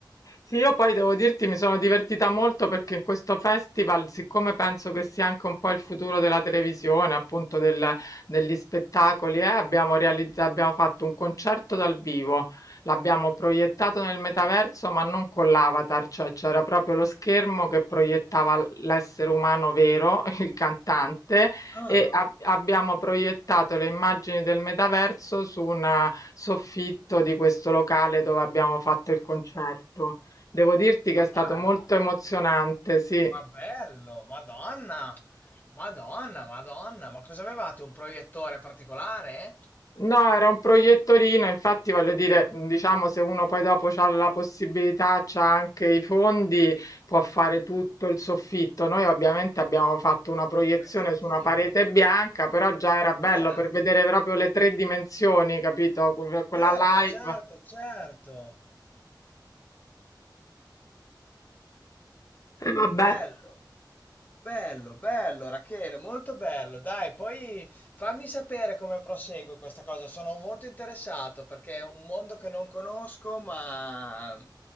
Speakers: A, on the left; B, on the left.
A: Sì, io poi devo dirti, mi sono divertita molto perché in questo festival, siccome penso che sia anche un po' il futuro della televisione, appunto del- degli spettacoli, eh, abbiamo realizza- abbiamo fatto un concerto dal vivo, l'abbiamo proiettato nel metaverso, ma non con l'avatar, cioè c'era proprio lo schermo che proiettava l- l'essere umano vero, <laughs> il cantante,
B: Ah,
A: e ab- abbiamo proiettato le immagini del metaverso su un soffitto di questo locale dove abbiamo fatto il concerto. Devo dirti che
B: Ma
A: è stato
B: dai,
A: molto
B: ma,
A: emozionante, sì.
B: ma bello, Madonna, Madonna, Madonna, ma cosa avevate? Un proiettore particolare?
A: No, era un proiettorino, infatti voglio dire,
B: non lo so.
A: diciamo, se uno poi dopo ha la possibilità, c'ha anche i fondi, può fare tutto il soffitto. Noi ovviamente abbiamo fatto una proiezione
B: Un pezzettino.
A: su una parete bianca, però già era bello
B: Certo,
A: per vedere proprio le tre dimensioni, capito? Que- Quella
B: certo,
A: live.
B: certo, certo.
A: E vabbè,
B: Bello. Bello, bello Rachele, molto bello. Dai, poi fammi sapere come prosegue questa cosa. Sono molto interessato perché è un mondo che non conosco, ma